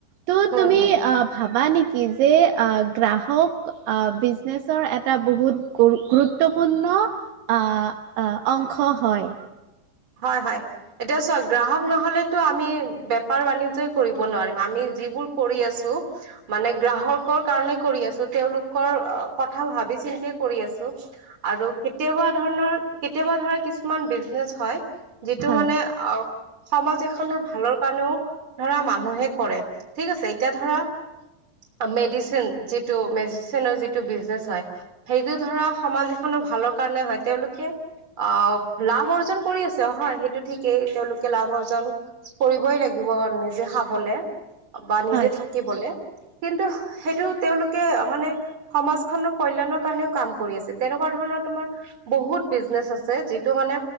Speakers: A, on the right; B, on the right.
A: ত'
B: হম
A: তুমি
B: হম
A: ভাবা নেকি যে গ্ৰাহক বিজনেচৰ এটা বহুত গুৰুত্ব পুৰ্ণ আহ-আহ অংশ হয়।
B: হয়-হয় এতিয়া চোৱা গ্ৰাহক নহলেতো আমি বেপাৰ বাণিজ্যই কৰিব নোৱাৰিম আমি যিবোৰ কৰি আছোঁ মানে গ্ৰাহকৰ কাৰণেই কৰি আছোঁ তেওঁলোকৰ অ, কথা ভাবি চিন্তে কৰি আছো আৰু কেতিয়াবা ধৰণৰ কেতিয়াবা ধৰা কিছুমান বি নেছ হয় যিটো
A: হয়
B: মানে সমাজ এখনৰ ভালৰ কাৰণেও ধৰা মানুহে কৰে ঠিক আছে এতিয়া ধৰা অ, মেডিচিন যিটো মেডিচিনৰ যিটো বিজনেচ হয় সেইটো ধৰা সমাজ এখনত টো ভালৰ কাৰণে হয় তেওঁলোকে অ, লাভ অৰ্জ ন কৰি আছে হয় সেইটো ঠিকেই তেওঁলোকে লাভ অৰ্জন কৰিবই লাগিব নিজে খাবলে অ, বা নিজে
A: হয়
B: থাকিবলে। কিন্তু সেইটো তেওঁলোকে মানে সমাজ খনৰ কল্যাণৰ কাৰণেও কাম কৰি আছে তেনেকুৱা ধৰণৰ তোমাৰ বহুত বিজনেচ আছে যিটো মানে